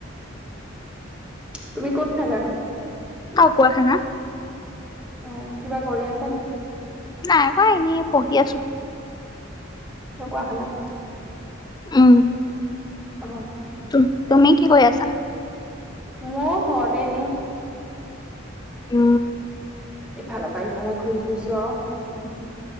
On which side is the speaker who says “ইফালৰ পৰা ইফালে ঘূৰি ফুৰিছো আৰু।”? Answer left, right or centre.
Centre